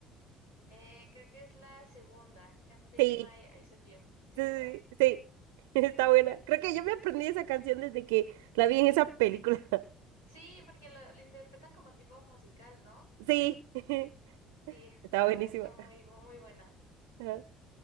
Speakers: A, on the left; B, on the right.
A: Eh, creo que es la segunda, Can't Take
B: Sí,
A: My Eyes Off You. Sí,
B: sí,
A: ¿verdad?
B: sí, <laughs> sí. Está buena. Creo que yo me aprendí esa canción desde que la vi en esa película. <laughs>
A: Sí, porque lo, lo interpretan como tipo musical, ¿no?
B: Sí, <laughs>
A: Sí,
B: está
A: la
B: buenísima.
A: verdad está muy, muy buena.
B: Ajá.